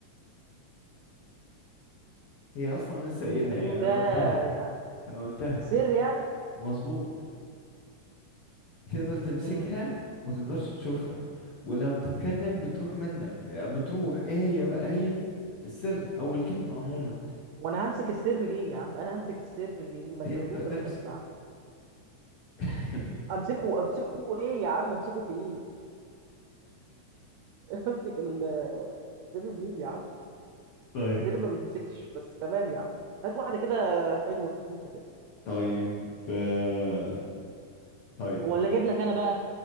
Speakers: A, on the left; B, on the right.
A: هي اصلا لسه
B: اللي
A: قايلها
B: انت بتقوله
A: يعني
B: ده
A: انا قلتها
B: يعني
A: انا قلتها
B: سر يعني
A: مظبوط تقدر تمسكها
B: امم
A: وتقدرش تشوفها ولما بتتكلم بتروح منك بتروح ايه هي بقى هي دي السر او الكلمة عموما
B: وانا همسك السر ليه يا عم انا همسك السر ليه ما
A: تقدر
B: انت بتقول كلام
A: تمسك
B: ما ينفع
A: <laughs>
B: امسكه امسكه ايه يا عم امسكه في ايه <laughs> امسك السر منين يا عم
A: طيب
B: السر ما بيتمسكش بس تمام يا عم هات واحده كده حلوه خفيفه كده
A: طيب آه، طيب
B: ولا اجيب لك انا بقى